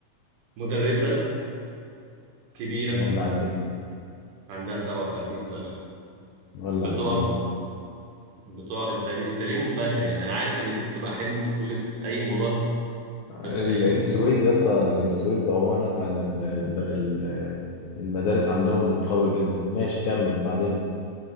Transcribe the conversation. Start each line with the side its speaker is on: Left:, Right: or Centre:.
Right: مدرسة كبيرة
Left: ولا على الدنيا
Right: عندها 37 سنة
Left: ولا
Right: بتقع
Left: على الدنيا
Right: في- بتقع انت انت ليه منبهر يعني انا عارف ان دي بتبقى حلم طفولة اي مراهق بس
Left: ال-
Right: <laughs> يعني
Left: السويد يا اسطى السويد عموما اسمع ان ال- ال- المدارس عندهم بتقوي جدا ماشي كمل بعدين